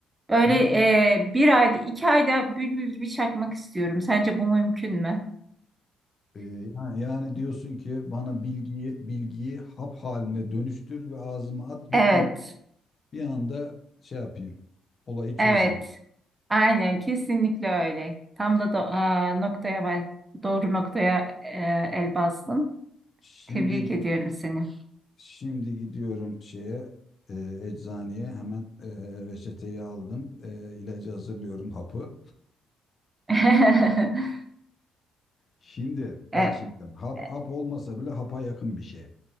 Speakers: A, on the right; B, on the left.
A: Böyle
B: yani
A: e, bir ayda iki ayda bülbül gibi çakmak istiyorum. Sence bu mümkün mü?
B: e, ya- yani diyorsun ki bana bilgiyi bilgiyi hap haline dönüştür ve ağzıma at yutun
A: Evet,
B: Bir anda şey yapayım. Olayı çözeyim.
A: evet. Aynen kesinlikle öyle. Tam da do- aa, noktaya bas- doğru noktaya e, el bastın.
B: Şimdi
A: Tebrik ediyorum seni.
B: şimdi gidiyorum şeye e, eczaneye hemen e, reçeteyi aldım. E, ilacı hazırlıyorum hapı.
A: <laughs>
B: Şimdi
A: E,
B: bak şimdi hap
A: e,
B: hap olmasa bile hapa yakın bir şey.